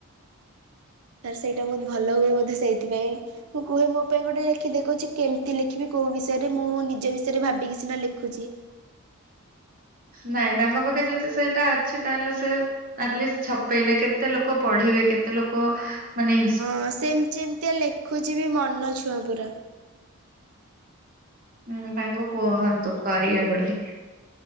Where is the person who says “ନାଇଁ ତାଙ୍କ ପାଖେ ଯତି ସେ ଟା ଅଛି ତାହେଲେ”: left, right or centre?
Right